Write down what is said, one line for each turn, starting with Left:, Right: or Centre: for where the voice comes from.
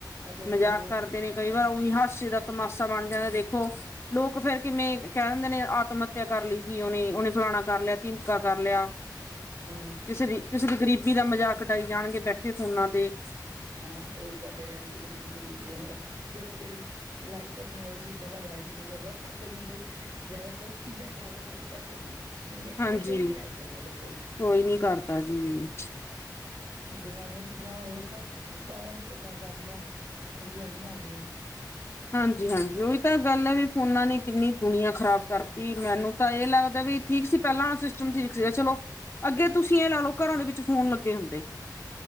Right: ਅੱਛਾ, ਹੁਣ
Left: ਮਜ਼ਾਕ
Right: ਦੇਖੋ
Left: ਕਰਦੇ ਨੇ ਕਈ ਵਾਰ ਉਹੀ ਹਾਸੇ ਦਾ ਤਮਾਸਾ ਬਣ ਜਾਂਦੈ, ਦੇਖੋ। ਲੋਕ ਫੇਰ ਕਿਵੇਂ ਕੈ ਦਿੰਦੇ ਨੇ ਆਤਮ ਹੱਤਿਆ ਕਰ ਲਈ ਜੀ ਉਹਨੇ, ਉਹਨੇ ਫਲਾਣਾ ਕਰ ਲਿਆ, ਢਿਮਕਾ ਕਰ ਲਿਆ।
Right: ਆ।
Left: ਕਿਸੇ ਦੀ, ਕਿਸੇ ਦੀ ਗ਼ਰੀਬੀ ਦਾ ਮਜ਼ਾਕ ਉਡਾਈ ਜਾਣਗੇ ਬੈਠੇ ਫੋਨਾਂ ਤੇ।
Right: ਹਾਂ ਏਹੀ ਕਰਦੇ ਰਹਿਣਗੇ, ਕਿਸੇ ਦੀ ਗਰੀਬੀ ਨਾ ਹੋਵੈ, ਦੇਖੋ ਜੇੜੀ ਲਾਈਕ ਕਰਨੀ ਐ, ਉਹ ਚੀਜ਼ ਬੰਦਾ ਲਾਈਕ ਈ ਨੀ ਕਰਦਾ, ਅੱਜ-ਕੱਲ ਬੰਦੇ ਜੈਦਾ ਗਲਤ ਚੀਜ਼ਾਂ ਜੈਦਾ ਲਾਈਕ ਕਰਦੇ ਨੇ। ਚੰਗੀਆਂ ਚੀਜ਼ਾਂ
Left: ਹਾਂਜੀ
Right: ਕੋਈ ਨੀ ਲਾਈਕ ਕਰਦਾ ਦੇਖੋ।
Left: ਕੋਈ ਨੀ ਕਰਦਾ ਜੀ
Right: ਜੇ ਮਾੜੀਆ ਚੀਜ਼ਾਂ ਉਹ ਤਾਂ ਸਬ ਓ ਸਾਰੇਆਂ ਨੂੰ ਪਸੰਦ ਆਂਦੀਐ, ਚੰਗੀਆਂ ਨਈ ਆਦੀਆਂ।
Left: ਹਾਂਜੀ- ਹਾਂਜੀ, ਉਹੀ ਤਾਂ ਗੱਲ ਐ, ਵੀ ਫੋਨਾ ਨੇ ਕਿੰਨੀ ਦੂਣੀਆਂ ਖ਼ਰਾਬ ਕਰ ਥੀ, ਮੈਨੂੰ ਤਾਂ ਏਹ ਲੱਗਦਾ ਵੀ ਠੀਕ ਸੀ ਪੈਲਾਂ ਸਿਸਟਮ ਠੀਕ ਸੀਗਾ ਚਲੋ। ਅੱਗੇ ਤੁਸੀਂ ਇਹ ਲਾ ਲਓ ਘਰਾਂ ਦੇ ਵਿੱਚ ਫੋਨ ਲੱਗੇ ਹੁੰਦੇ